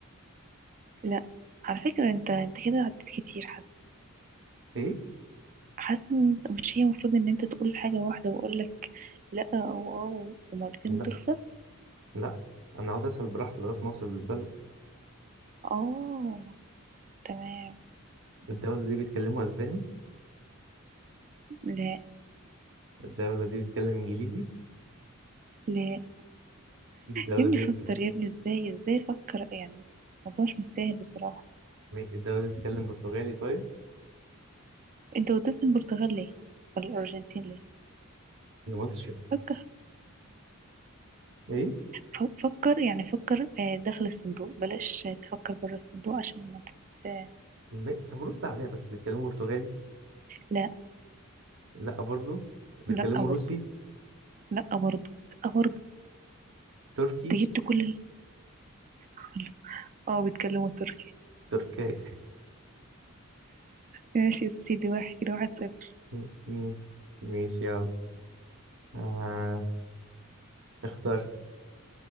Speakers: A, on the right; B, on the right.
A: لا على فكرة انت انت كده عديت كتير
B: ايه
A: حاسه ان انت- مش هي المفروض ان انت تقول حاجه واحده واقول لك لا او او ومرتين
B: لا
A: وتخسر
B: لا انا اقعد اسأل براحتي لغاية ما اوصل للبلد
A: اه تمام
B: الدولة دي بيتكلموا اسباني
A: لا
B: الدولة دي بيتكلم انجليزي
A: لا
B: الدولة
A: يا ابني
B: دي
A: فكر
B: بتك...
A: يا ابني ازاي ازاي فكر يعني الموضوع مش مستاهل بصراحه
B: الدولة دي بتتكلم برتغالي طيب
A: انت وديت البرتغال ليه ولا الارجنتين ليه
B: أنا ما قلتش
A: فكر
B: ايه
A: ف- فكر يعني فكر آه، داخل الصندوق بلاش آه، تفكر بره الصندوق عشان ما تت... آه،
B: م- طب رد عليا بس بيتكلموا برتغالي
A: لا
B: لا برضو بيتكلموا
A: لا برضه
B: روسي
A: لا برضه لا برضه
B: تركي
A: انت جبت كل ال- صح اه بيتكلموا تركي
B: تركي
A: ماشي يا سيدي واحد كده واحد صفر
B: <laughs> ماشي يلا آه. اخترت